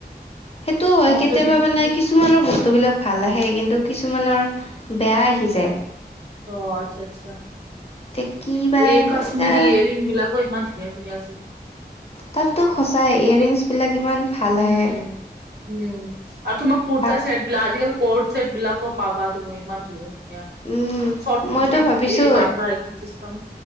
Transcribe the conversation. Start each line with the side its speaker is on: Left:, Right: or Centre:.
Left: সেইটোও হয়
Right: তোমাক
Left: কেতিয়াবা
Right: যদি
Left: মানে কিছুমানৰ বস্তুবিলাক ভাল আহে কিন্তু কিছুমানৰ বেয়া আহি যায়।
Right: অ', আচ্ছা, আচ্ছা
Left: এতিয়া কি বা
Right: এই কাশ্মিৰি
Left: এতিয়া
Right: য়াৰিং বিলাকো ইমান ধুনীয়া ধুনীয়া আছে।
Left: তাততো সচাই ইয়াৰিংছ বিলাক ইমান ভাল
Right: উম,
Left: আহে
Right: উম আৰু তোমাৰ কুৰতা
Left: ভাব
Right: চেট <unintelligible> কৰ্ট ছেট বিলাকো পাবা তুমি ইমান ধুনীয়া।
Left: উম
Right: চৰ্ট কুৰ্তিৰ
Left: মইতো ভাবিছো
Right: এই বান্ধা একদম চিষ্টেম